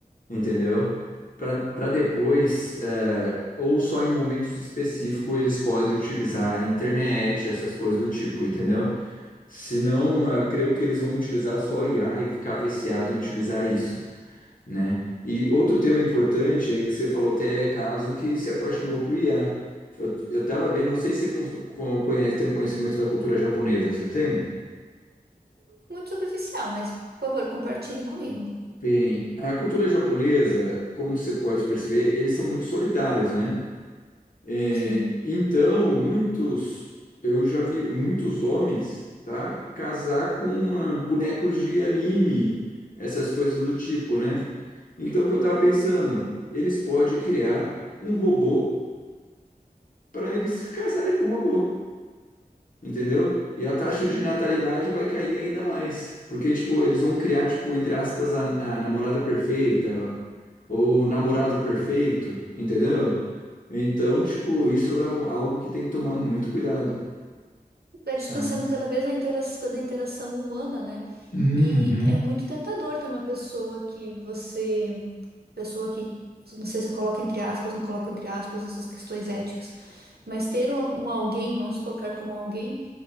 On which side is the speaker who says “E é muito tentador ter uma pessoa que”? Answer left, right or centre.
Right